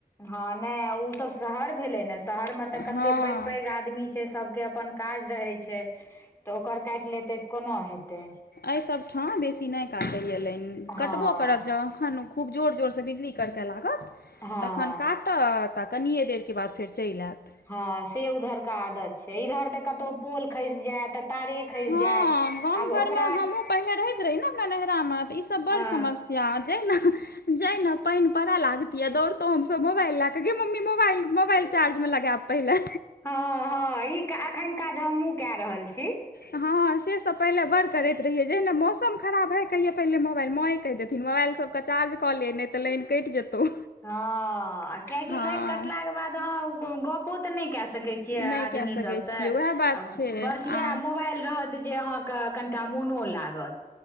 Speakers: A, on the left; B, on the left.
A: हँ नैय ओ सब शहर भेले। ने शहर मे तऽ कते
B: हँ
A: पैघ-पैघ आदमी छै। सबके अपन काज रहेै छैय। तऽ ओकर कैट लेतेै तऽ कोना हेतै।
B: एहिसब ठाँ बेसी नैय काटत लैइन।
A: हँ
B: कटबो करत ज एखन खूब जोर जोर सँ बिजली करकऽ लागत।
A: हँ
B: तखन काट तऽ कनिये देर के बाद फेर चैल। एऽत
A: हँ से उधर के आदत छैय। इधर तऽ कतौ पोल खैस जेऽत तारे खसि
B: हँ
A: जायत
B: गाम
A: आब
B: घरमे
A: ओकरा
B: हमहुँ पहिने रहैत। रही ने अपरा नैहरा मे तऽ ईसब बड़
A: हँ
B: समस्य <unintelligible> जाय ने पानि पड़य लागतिये। दौड़तो हमसभ मोबाइल लए। क गे मम्मी मोब मोबाइल चार्जमे लगेब पहिेने।
A: हँ हँ ई एखन काज हमहुँ कए रहल छी।
B: हँ से सब पहिले बड़ करैत। हिए जेहि मौसम खराब भए। कहिय पहिने मोबाइल माँए कहि देथिन। मोबाइल सब चार्ज कऽ ले नहि तऽ लाइन कटि जेतौ।
A: हँ किियकि
B: हँ
A: लाइन कटलाके। बाद अहाँ गप गप्पो तो कहां नहिकै। सके आदमी
B: नहि कए सकै
A: सब स
B: छियै उएह बात छै
A: बस मैं
B: आ
A: मोबाइल रहत। जे अहाँके कनिटा मोनो लागत।